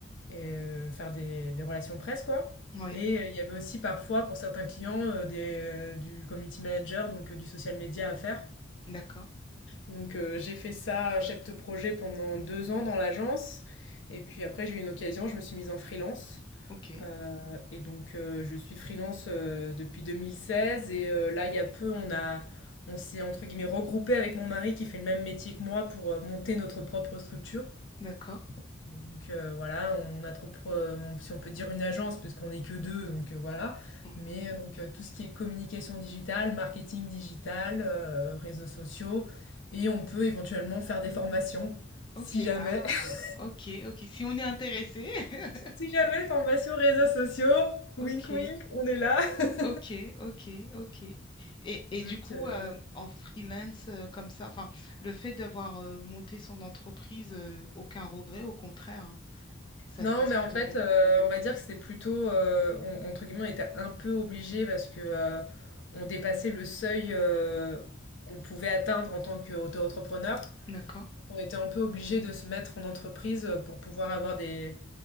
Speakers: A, on the left (about 70°); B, on the left (about 25°).
A: et euh, faire des, des relations presse, quoi.
B: oui.
A: Et euh, il y avait aussi parfois pour certains clients euh, des, euh, du community manager, donc euh, du social media à faire.
B: D'accord.
A: Donc, heu, j'ai fait ça, euh, chef de projet pendant 2 ans dans l'agence et puis après j'ai eu une occasion, je me suis mise en freelance,
B: Ok,
A: heu et donc heu, je suis freelance, heu, depuis 2016 et heu, là, il y a peu, on a on s'est entre guillemets regroupé avec mon mari qui fait le même métier que moi pour, heu, monter notre propre structure.
B: d'accord.
A: Donc euh, voilà, on a trop, pro- on- si on peut dire une agence, parce qu'on n'est que deux, donc euh, voilà.
B: Oui.
A: Mais euh, donc euh, tout ce qui est communication digitale, marketing digital, euh, réseaux sociaux, et on peut éventuellement faire des formations,
B: Ok,
A: si jamais.
B: ah,
A: <laughs>
B: ok, ok. Si on est intéressé, <laughs>
A: Si jamais formation réseaux sociaux, wink
B: ok,
A: wink, on est là. <laughs>
B: ok, ok, ok. Et, et
A: Donc
B: du coup,
A: euh,
B: euh, en freelance euh, comme ça, enfin, le fait d'avoir euh, monté son entreprise, euh, aucun regret, au contraire, hein. ça
A: non,
B: se passe
A: mais
B: plutôt
A: en fait,
B: bien.
A: euh, on va dire que c'était plutôt, euh, on- entre guillemets, on était un peu obligé parce que euh, on dépassait le seuil euh, qu'on pouvait atteindre en tant qu'auto-entrepreneur.
B: D'accord,
A: On était un peu obligé de se mettre en entreprise euh, pour pouvoir avoir des,